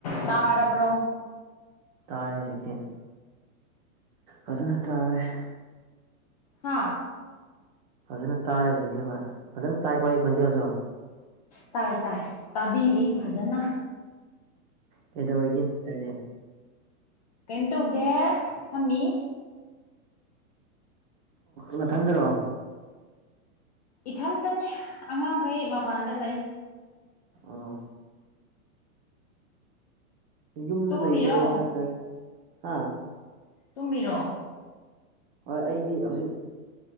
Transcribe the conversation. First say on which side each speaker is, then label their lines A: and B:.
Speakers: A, on the left; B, on the right.
A: ꯇꯥ ꯑꯔꯄ꯭ꯔꯣ
B: ꯇꯥꯏꯦ ꯍꯧꯖꯤꯛꯇꯤ ꯐꯖꯅ ꯇꯥꯔꯦ
A: ꯍꯥ
B: ꯐꯖꯅ ꯇꯥꯔꯦ ꯍꯧꯖꯤꯛꯇꯤ ꯍꯣꯏ ꯐꯖꯅ ꯇꯥꯏꯀꯣ ꯑꯩ ꯈꯣꯟꯖꯦꯜꯁꯨ
A: ꯇꯥꯏ ꯇꯥꯏ ꯇꯥꯕꯤꯔꯤ ꯐꯖꯅ
B: ꯀꯩꯗ ꯍꯔꯒꯦ ꯁꯤ ꯇꯗꯤꯦ
A: ꯀꯩꯅꯝ ꯇꯧꯗꯦ ꯐꯝꯃꯤ
B: ꯃꯊꯟꯗꯔꯣ
A: ꯏꯊꯝꯗꯅꯦ ꯑꯉꯥꯡꯈꯩ ꯃꯄꯥꯟꯗ ꯂꯩ
B: ꯑꯣ ꯌꯨꯝꯗ
A: ꯇꯨꯝꯃꯤꯔꯣ
B: ꯂꯩꯔꯣ ꯅꯠꯇ꯭ꯔꯒ ꯍꯥꯥ
A: ꯇꯨꯝꯃꯤꯔꯣ
B: ꯍꯣꯏ ꯑꯩꯗꯤ ꯍꯧꯖꯤꯛ